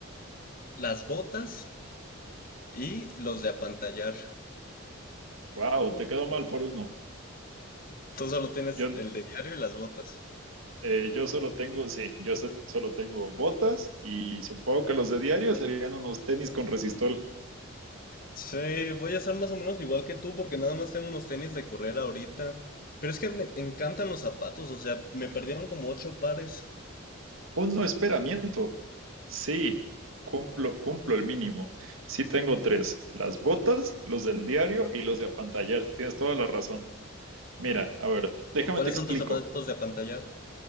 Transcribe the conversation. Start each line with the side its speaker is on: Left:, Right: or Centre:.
Left: las botas y los de apantallar.
Right: wow, te quedó mal por uno.
Left: Tú solo tienes
Right: Yo,
Left: el de diario y las botas.
Right: eh, yo solo tengo, sí, yo so- solo tengo botas y supongo que los de diario serían unos tenis con resistol.
Left: Sí, voy a ser más o menos igual que tú porque nada más tengo unos tenis de correr ahorita. Pero es que me encantan los zapatos, o sea, me perdieron como ocho pares.
Right: Un no, espera, Sí, cumplo, cumplo el mínimo. Sí tengo tres, las botas, los del diario y los de apantallar. Tienes toda la razón. Mira, a ver, déjame
Left: ¿Cuáles
Right: te explico.
Left: son tus zapatos de apantallar?